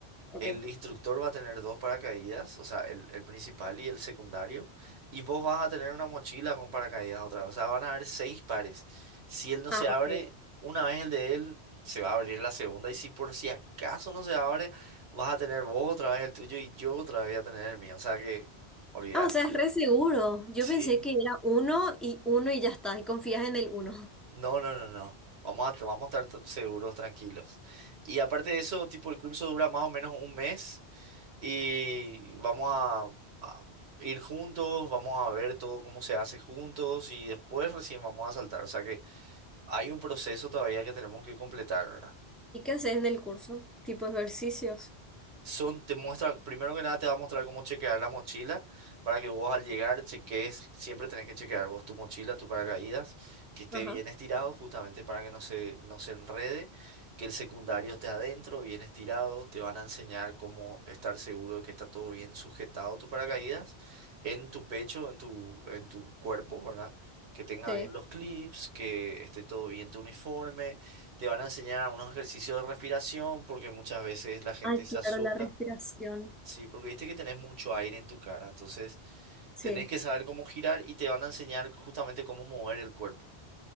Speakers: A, in the centre; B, on the right (about 70°).
A: okay
B: El instructor va a tener dos paracaídas, o sea, el, el principal y el secundario, y vos vas a tener una mochila con paracaídas otra vez, o sea, van a haber seis pares. Si él no
A: Ah,
B: se abre,
A: ok.
B: una vez el de él, se va a abrir la segunda, y si por si acaso no se abre, vas a tener vos otra vez el tuyo y yo otra vez voy a tener el mío, o sea que, olvídate.
A: Ah, o sea, es re seguro. Yo
B: Sí.
A: pensé que era uno y uno y ya está, y confías en el uno.
B: No, no, no, no. Vamos a, vamos a estar t- seguros, tranquilos. Y aparte de eso, tipo, el curso dura más o menos un mes. y vamos a, a ir juntos, vamos a ver todo cómo se hace juntos y después recién vamos a saltar. O sea que hay un proceso todavía que tenemos que completar, ¿verdad?
A: ¿Y qué haces en el curso? ¿Tipo ejercicios?
B: Son, te muestra, primero que nada te va a mostrar cómo chequear la mochila para que vos al llegar cheques, siempre tenés que chequear vos tu mochila, tu paracaídas, que esté
A: Ajá,
B: bien estirado justamente para que no se, no se enrede, que el secundario esté adentro, bien estirado, te van a enseñar cómo estar seguro de que está todo bien sujetado tu paracaídas en tu pecho, en tu, en tu cuerpo, ¿verdad? Que tenga
A: sí.
B: bien los clips, que esté todo bien tu uniforme te van a enseñar unos ejercicios de respiración porque muchas veces la gente
A: Ay,
B: se
A: claro,
B: asusta,
A: la respiración.
B: ¿sí? Porque viste que tenés mucho aire en tu cara, entonces
A: Sí,
B: tenés que saber cómo girar y te van a enseñar justamente cómo mover el cuerpo,